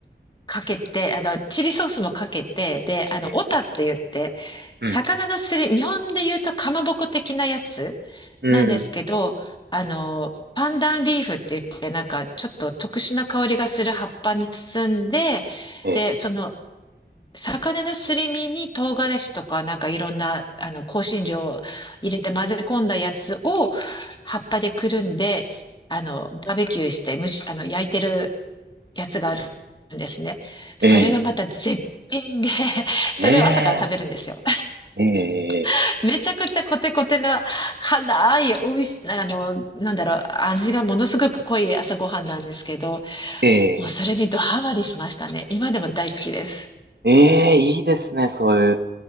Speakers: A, on the left; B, on the right.
A: かけて、あの、チリソースもかけて、で、あの、
B: ええ、
A: オタって言って、
B: うん、
A: 魚のすり、日本で言うとかまぼこ的なやつ
B: うん、
A: なんですけど、あの、パンダンリーフって言って、なんかちょっと特殊な香りがする葉っぱに包んで、
B: え、
A: で、その、魚のすり身に唐辛子とか、なんかいろんな、あの、香辛料を入れて混ぜ込んだやつを葉っぱでくるんで、あの、バーベキューして蒸し、あの、焼いてるやつがあるんですね。それがまた絶品で、
B: え、え、
A: <laughs> それを朝から食べるんですよ。
B: え、ええ、ええ、
A: <laughs> めちゃくちゃコテコテな辛い、美味しい、あの、なんだろう、味がものすごく濃い朝ごはんなんですけど、
B: ええ、
A: もうそれにドハマりしましたね。今でも大好きです。
B: ええ、いいですね、そういう。